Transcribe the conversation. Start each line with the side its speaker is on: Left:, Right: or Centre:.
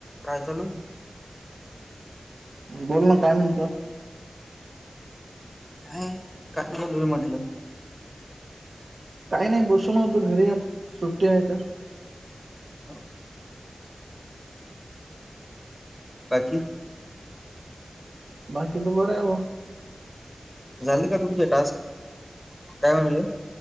Left: काय चालू.
Right: बोलण काय म्हणत.
Left: का काय तुम्ही म्हटलं.
Right: काही नाही बसून होत घरी आत सुट्टी आहे तर.
Left: हो. बाकी.
Right: बाकी तो बर आहेव.
Left: झाले का तुमचे टास्क काय म्हणले.